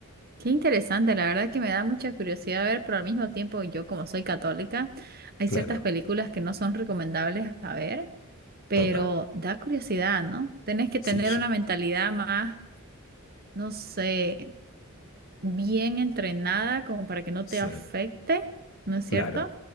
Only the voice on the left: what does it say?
Claro,
total.
Sí,
yo-
sí,
claro.